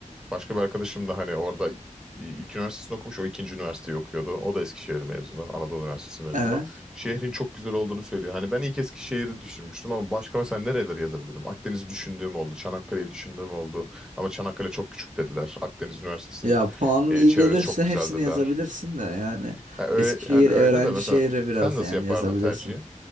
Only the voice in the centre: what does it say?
Başka bir arkadaşım da hani orada ilk üniversitesini okumuş, o ikinci üniversiteyi okuyordu. O da Eskişehir mezunu, Anadolu Üniversitesi mezunu.
Şehrin çok güzel olduğunu söylüyor. Hani ben ilk Eskişehir'i düşünmüştüm ama başka mesela nereleri yazabilirim? Akdeniz'i düşündüğüm oldu, Çanakkale'yi düşündüğüm oldu. Ama Çanakkale çok küçük dediler. Akdeniz Üniversitesi'nin
e,
çevresi
çok güzel
dediler.
Ha, ö-
hani
öyle de mesela
sen nasıl
yapardın
tercihi?